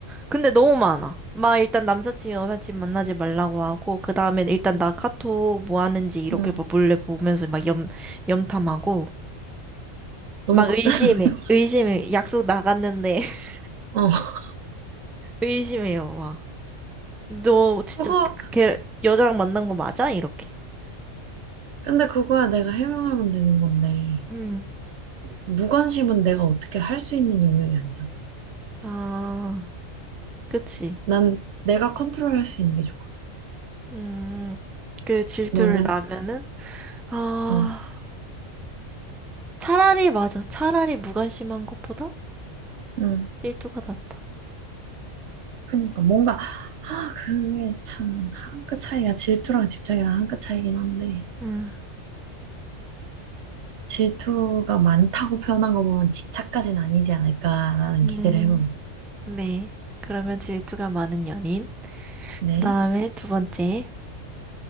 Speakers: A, in the centre; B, on the right (about 65°).
A: 근데 너무 많아. 막 일단 남사친, 여사친 만나지 말라고 하고, 그 다음에 일단 나 카톡 뭐 하는지 이렇게
B: 응,
A: 막 몰래 보면서 막 염, 염탐하고,
B: 너무
A: 막
B: 극단,
A: 의심해.
B: <laughs>
A: 의심해. 약속 나갔는데 <laughs>
B: 어.
A: 의심해요, 막. 너 진짜
B: 그거,
A: 그 걔 여자랑 만난 거 맞아? 이렇게.
B: 근데 그거야 내가 해명하면 되는 건데.
A: 음.
B: 무관심은 내가 어떻게 할 수 있는 영역이 아니잖아.
A: 아, 그치.
B: 난 내가 컨트롤할 수 있는 게 좋아.
A: 음, 그 질투를
B: 너는?
A: 나면은, 아,
B: 응,
A: 차라리 맞아. 차라리 무관심한 것보다
B: 응.
A: 질투가 낫다.
B: 그러니까 뭔가, 아, 그게 참, 한 끗 차이야. 질투랑 집착이랑 한 끗 차이긴 한데.
A: 음,
B: 질투가 많다고 표현한 거 보면 집착까지는 아니지 않을까라는
A: 음,
B: 기대를 해봅니다.
A: 네. 그러면 질투가 많은 연인.
B: 네.
A: 그 다음에 두 번째.